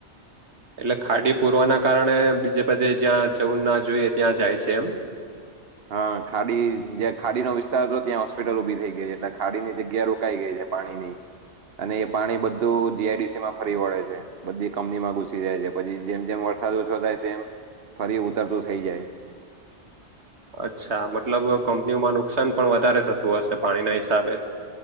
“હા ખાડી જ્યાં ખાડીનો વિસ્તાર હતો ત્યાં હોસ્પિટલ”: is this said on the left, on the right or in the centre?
Right